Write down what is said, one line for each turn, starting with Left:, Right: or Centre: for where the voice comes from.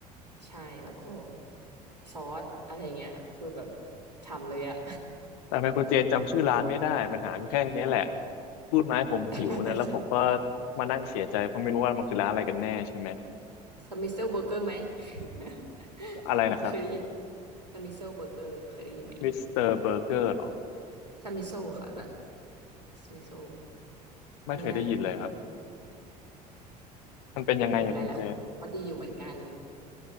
Right: ใช่แล้วก็ซอสอะไรเงี้ยคือแบบฉ่ำเลยอะ
Left: แต่ไมโครเจนจำชื่อร้านไม่ได้ปัญหามันแค่เนี้ยแหละพูดมาให้ผมหิวนะแล้วผมก็
Right: <laughs>
Left: มานั่งเสียใจเพราะไม่รู้ว่ามันคือร้านอะไรกันแน่ใช่ไหม
Right: สมิเซลเบอร์เกอร์ไหม <laughs>
Left: อะไรนะครับ
Right: เคยได้ยินสมิเซลเบอร์เกอร์เคยได้ยินไหม
Left: มิสเตอร์เบอร์เกอร์หรอ
Right: สมิโซค่ะแบบสมิโซ
Left: ไม่เคยได้ยินเลยครับ
Right: ไม่น่า
Left: มันเป็นยังไงอะคุณเจน
Right: เห็นหลายๆคนบอกว่าดีอยู่เหมือนกัน